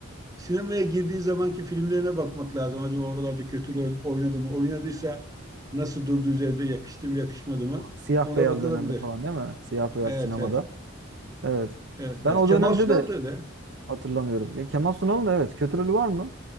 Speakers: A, on the right; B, on the right.
A: sinemaya girdiği zamanki filmlerine bakmak lazım. Acaba oralarda kötü rol oynadı mı? Oynadıysa nasıl durdu üzerinde? Yakıştı mı, yakışmadı mı?
B: Siyah
A: Ona
B: beyaz
A: bakılabilir.
B: dönemde falan değil mi? Siyah beyaz
A: Evet,
B: sinemada.
A: evet.
B: Evet.
A: Evet, evet.
B: Ben o
A: Kemal
B: dönemde
A: Sunal
B: de
A: da öyle.
B: hatırlamıyorum. Ya Kemal Sunal'ın da evet kötü rolü var mı?